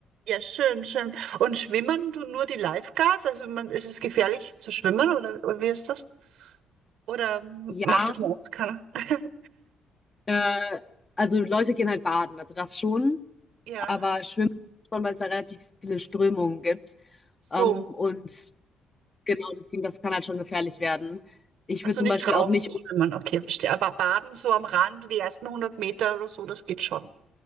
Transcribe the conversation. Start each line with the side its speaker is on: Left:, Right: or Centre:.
Right: Ja, schön, schön. Und schwimmen du nur die Lifeguards? Also man, ist es gefährlich zu schwimmen oder, oder wie ist das? Oder
Left: Ja,
Right: macht das noch keiner? <laughs>
Left: äh, also Leute gehen halt baden, also das schon,
Right: Ja,
Left: aber schwimmen schon, weil es da relativ viele Strömungen gibt.
Right: so.
Left: Ähm, und Genau, deswegen, das kann halt schon gefährlich werden. Ich
Right: Also
Left: würde zum
Right: nicht
Left: Beispiel
Right: raus
Left: auch nicht,
Right: schwimmen, okay, verstehe. Aber baden so am Rand, die ersten hundert Meter oder so, das geht schon.